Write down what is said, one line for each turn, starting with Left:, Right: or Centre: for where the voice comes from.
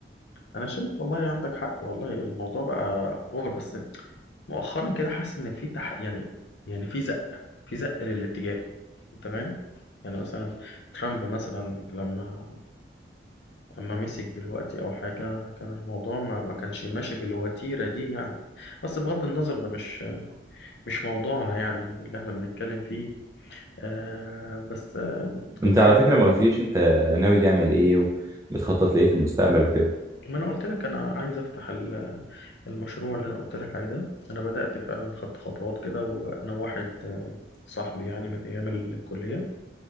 Left: أنا شايف والله عندك حق والله الموضوع بقى أوفر بس مؤخرا كده حاسس إن في تح... يعني يعني في زق في زق للاتجاه أنت فاهم؟ يعني مثلا ترامب مثلا لما أما مسك دلوقتي أو حاجة كان الموضوع ما, ما كانش ماشي بالوتيرة دي يعني بس بغض النظر ده مش مش موضوعنا يعني اللي احنا بنتكلم فيه آه بس آه كنت
Right: انت
Left: عايز
Right: على فكرة ما قلتليش انت ناوي تعمل ايه وبتخطط لايه في المستقبل وكده
Left: ما انا قلت لك انا عايز افتح ال- المشروع اللي انا قلت لك عليه ده انا بدأت فعلا خدت خطوات كده وانا واحد آه، صاحبي يعني من ايام الكلية